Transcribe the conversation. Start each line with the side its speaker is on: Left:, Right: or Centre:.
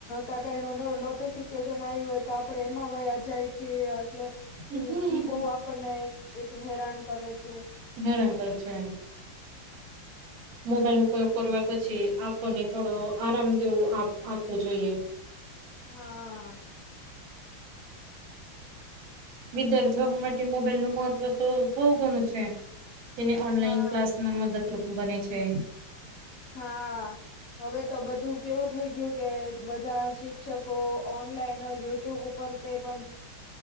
Left: કાકા એન નોટિફિકેશન જ હોય તો આપડે એમાં વ જાય છે એટલે
Right: હમ
Left: ઈ બહ આપણને એક હેરાન કરે છે
Right: જણા કર છે મોબાઈલ ઉપયોગ કરવા પછી આંખોને થોડો આરામ દેવું આપવું જોઈએ
Left: હા
Right: વિદ્યાર્થીઓ માટે મોબાઈલ નું મહત્વ તો બઉુ ઘણું છે તેને ઓનલાઈન
Left: હા
Right: ક્લાસમાં મદદરૂપ બને છે
Left: હા હવે તો બધું કેવું થઈ ગયું કે બધા શિક્ષકો ઓનલાઈન યુટ્યુબ ઉપર તે પણ